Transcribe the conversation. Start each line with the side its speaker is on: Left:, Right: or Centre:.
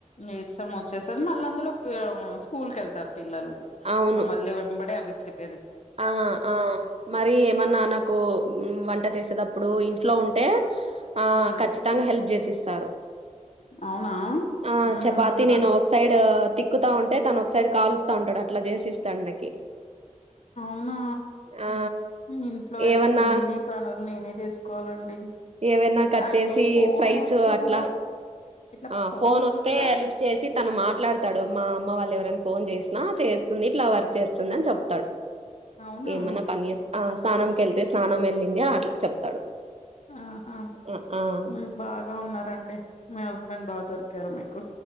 Left: నీరసం వచ్చేస్తాది మళ్ళీ అందులో పి స్కూల్ కెళ్తారు. పిల్లలు
Right: అవును
Left: ఇంగ మళ్ళీ వెంబడే అభిప్రీత్
Right: ఆ ఆ మరి ఏమన్న నాకు వంట చేస్ సెటప్పుడు ఇంట్లో ఉంటే ఆ
Left: ఉమ్
Right: ఖచ్చితంగా హెల్ప్ చేసిస్తారు.
Left: అవునా
Right: ఆ
Left: ఉమ్
Right: చపాతీ
Left: పను
Right: నేను ఒక సైడ్ తిక్కుతా ఉంటే తను ఒకసైడ్ కాలుస్తా ఉంటాడు అట్ల చేసిస్తాడు నాకి.
Left: అవునా
Right: ఆ!
Left: ఇంట్లో అయితే
Right: ఏవన్నా
Left: అన్ని పనులు నేనే చేసుకోవాలండి.
Right: ఏవైనా కట్
Left: అటు
Right: చేసి
Left: ఫోన్
Right: ఫ్రైస్
Left: వస్తే
Right: అట్లా
Left: కూడా ఇట్లా
Right: ఆ ఫోన్
Left: వస్తుంటదా
Right: వస్తే హా లిఫ్ట్ చేసి తను మాట్లాడతాడు మా అమ్మ వాళ్ళు ఎవరైనా ఫోన్ చేసినా చేస్తుంది ఇట్లా వర్క్ చేస్తుంది అని చెప్తాడు
Left: అవునా
Right: ఏమన్నా పనిచేసిన ఆ స్నానంకి వెళ్తే స్నానం వెళ్ళింది అట్లా చెప్తాడు
Left: ఆహా
Right: ఆ! ఆ!
Left: మీకు బాగా ఉన్నారండి మీ హస్బెండ్ బాగ దొరికి దొరికారు మీకు